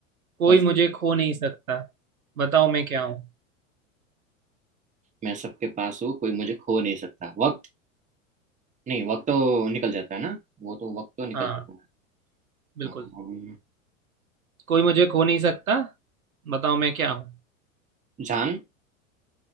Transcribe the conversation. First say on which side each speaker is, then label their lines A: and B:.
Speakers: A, on the right; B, on the right.
A: कोई
B: बस
A: मुझे खो नहीं सकता बताओ मैं क्या हूँ
B: मैं सबके पास हूँ कोई मुझे खो नहीं सकता वक्त नहीं वक्त तो निकल जाता है ना वो तो वक्त तो निकल
A: हाँ
B: जाता है
A: बिल्कुल
B: अम,
A: कोई मुझे खो नहीं सकता बताओ मैं क्या हूँ
B: जान